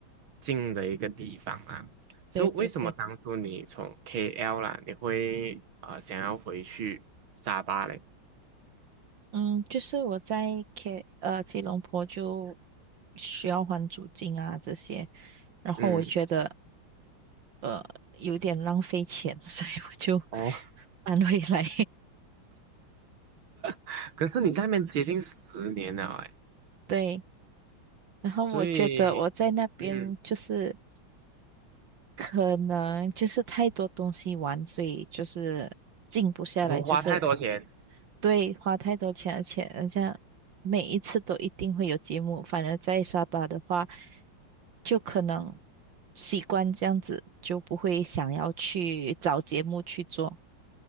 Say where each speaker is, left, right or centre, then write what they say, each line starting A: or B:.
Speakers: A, on the right; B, on the right.
A: 近的一个地方啊。所以为什么当初你从
B: 对对对，
A: KL 啦，你会呃想要回去沙巴嘞？
B: 嗯，就是我在 K 呃吉隆坡就需要还租金啊这些，然后我觉得
A: 嗯，
B: 呃有点浪费钱，<laughs> 所以我就 <laughs>
A: 哦，
B: 搬回来。
A: <laughs> 可是你在那边接近十年了哎，
B: <laughs> 对，然后我觉得我在那边就是
A: 所以嗯，
B: 可能就是太多东西玩，所以就是静不下来，
A: 我花太多钱。
B: 就是。对，花太多钱，而且人家每一次都一定会有节目，反而在沙巴的话，就可能习惯这样子，就不会想要去找节目去做。